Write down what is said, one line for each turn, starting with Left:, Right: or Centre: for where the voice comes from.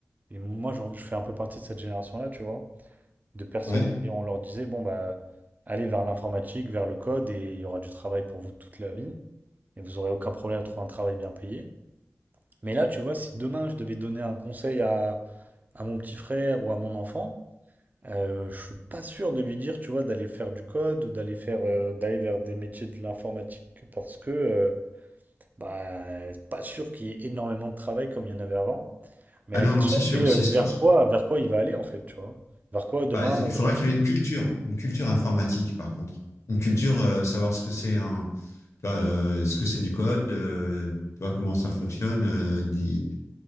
Right: Et moi, j'en- je fais un peu partie de cette génération-là, tu vois, de personnes
Left: Ouais.
Right: qui, on leur disait, bon, bah, allez vers l'informatique, vers le code, et il y aura du travail pour vous toute la vie. Et vous aurez aucun problème à trouver un travail bien payé. Mais là, tu vois, si demain, je devais donner un conseil à à mon petit frère ou à mon enfant, euh, je suis pas sûr de lui dire, tu vois, d'aller faire du code ou d'aller faire euh, d'aller vers des métiers de l'informatique parce que euh, bah c'est pas sûr qu'il y ait énormément de travail comme il y en avait avant. Mais
Left: Ah
Right: la
Left: non,
Right: question
Left: non, c'est sûr,
Right: c'est euh,
Left: c'est sûr.
Right: vers quoi vers quoi il va aller en fait, tu vois. Vers quoi demain
Left: Bah, il
Right: euh,
Left: faudra
Right: genre-
Left: qu'il ait une culture, une culture informatique, par contre. Une culture, euh, savoir ce que c'est un, tu vois, euh, ce que c'est du code, euh, tu vois, comment ça fonctionne, euh, des-